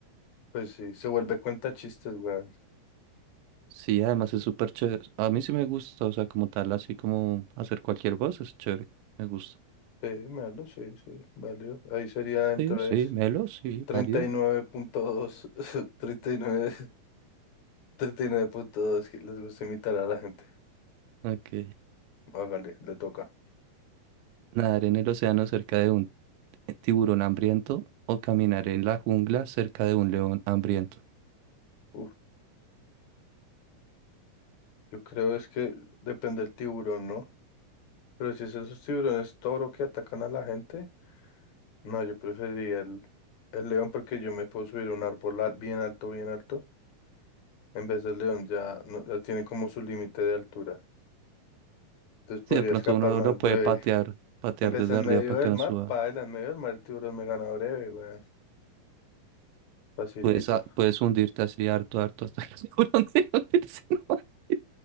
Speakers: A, on the left; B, on the right.
A: Pues sí, se vuelve cuenta chistes, weón.
B: Sí, además es súper chévere. A mí sí me gusta, o sea, como tal, así como hacer cualquier voz es chévere. Me gusta.
A: Sí, malo, sí, sí, valió. Ahí sería entonces
B: Sí, sí, Melo, sí,
A: treinta
B: válido.
A: treinta treinta y y y nueve nueve, punto dos, <laughs> treinta y nueve treinta y nueve punto dos, que les gusta imitar a la gente.
B: Ok.
A: Hágale, le toca.
B: Nadar en el océano cerca de un tiburón hambriento o caminar en la jungla cerca de un león hambriento.
A: Uf, yo creo es que depende del tiburón, ¿no? Pero si es esos tiburones toro que atacan a la gente, no, yo preferiría el, el león porque yo me puedo subir a un árbol al- bien alto, bien alto. En vez del león ya, no- ya tiene como su límite de altura. Entonces
B: Sí,
A: podría
B: de pronto
A: escapar
B: uno
A: más
B: lo puede
A: breve.
B: patear, patear
A: En vez
B: desde
A: en
B: arriba
A: medio
B: para
A: del
B: que no
A: mar,
B: suba.
A: paila, en medio del mar el tiburón me gana breve, weón. Facilito.
B: Puedes, a- puedes hundirte así harto, harto hasta que el tiburón <laughs> deje hundirse. <laughs>